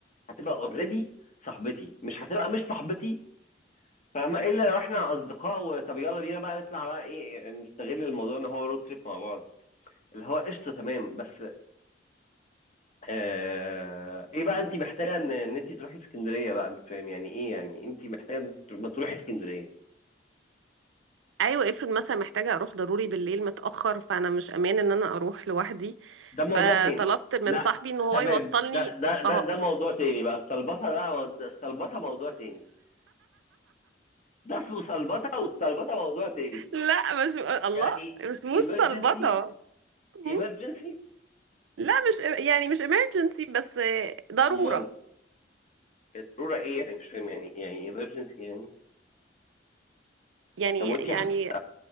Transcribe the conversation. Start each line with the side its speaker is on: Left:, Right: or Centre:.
Left: هتبقى اوريدي صاحبتي مش هتبقى مش صاحبتي فاهمة الا لو احنا اصدقاء وطب يلا بينا بقى نطلع بقى ايه نستغل الموضوع ان هو رود تريب مع بعض اللي هو قشطه تمام بس آه ايه بقى انت محتاجه ان ان انت تروحي اسكندريه بقى مش فاهم يعني ايه يعني انت محتاجه إن أنت ما تروحي اسكندريه
Right: ايوه افرض مثلا محتاجه اروح ضروري بالليل متاخر فانا مش امان ان انا اروح لوحدي
Left: ده موضوع
Right: فطلبت
Left: تاني
Right: من
Left: لا
Right: صاحبي ان هو
Left: تمام
Right: يوصلني
Left: ده ده
Right: فهو
Left: ده ده موضوع تاني بقى السلبطه ده مو- ده السلبطه موضوع تاني ده اسمه سلبطه والسلبطه موضوع تاني
Right: لا مش الله
Left: يعني
Right: مش مش
Left: emergency
Right: صلبطه م?
Left: emergency
Right: لا مش يعني مش emergency بس ضروره
Left: امال الضروره ايه يعني مش فاهم يعني يعني emergency يعني
Right: يعني
Left: طب وانت
Right: يعني
Left: هت...